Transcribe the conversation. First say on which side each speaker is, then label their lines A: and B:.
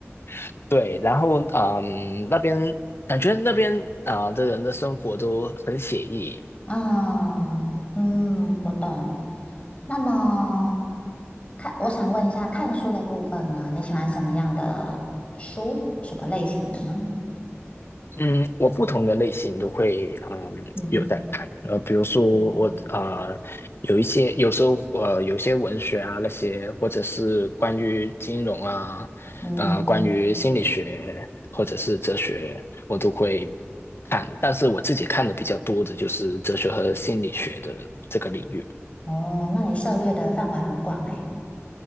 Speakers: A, on the left; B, on the left.
A: <laughs> 对，然后嗯、那边感觉那边啊、的人的生活都很写意，
B: 啊，嗯，我懂。那么，看，我想问一下，看书的部分呢，你喜欢什么样的书，什么类型的呢？
A: 嗯，我不同的类型都会嗯有在看，
B: 嗯
A: 呃，比如说我啊、
B: 嗯
A: 呃有一些有时候呃有些文学啊那些，或者是关于金融啊，
B: 嗯，
A: 呃关于心理学或者是哲学，我都会看，但是我自己看的比较多的就是哲学和心理学的这个领域。
B: 哦，那你涉猎的范围很广诶。